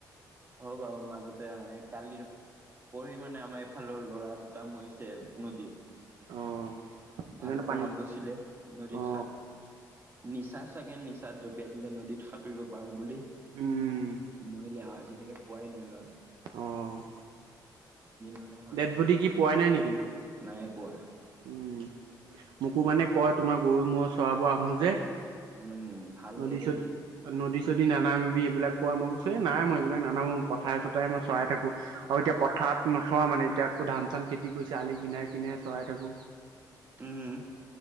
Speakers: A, on the right; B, on the right.
A: হ'ব বাৰু মাজতে কালি পঢ়ি মানে আমাৰ এইফালৰ ল'ৰা দুটা মৰিছে নদীত।
B: অ সেইকাৰণে
A: ভালুক পুঙত
B: পানী
A: গৈছিলে নদীত
B: অ
A: খাত নিচা চাগে নিচাত জঁপিয়াই দিলে নদীত সাঁতুৰিব পাৰো বুলি।
B: উম
A: মৰিলে আৰু আজিলৈকে পোৱাই নাই লৰাটোক।
B: অ'
A: মানে হ'ল
B: ডেড বডি কি পোৱাই নাই নেকি?
A: নাই পোৱা
B: উম', মোকো মানে কয় তোমাৰ গৰু মূৰৰ চৰাবোৰ আহো যে।
A: উম ভালকে
B: নদী
A: দেই
B: চত নদী। যদি নানামিবি এইবিলাক কোৱা মই কৈছো এ নাই মই এইবিলাক নানামো পথাৰে চথাই মই চৰাই থাকো। আৰু এতিয়া পথাৰ হাত নথোৱা মানে এতিয়া আকৌ ধান চান খেতি কৰিছে আলি কিনাৰে কিনাৰে চৰাই থাকোঁ।
A: উম।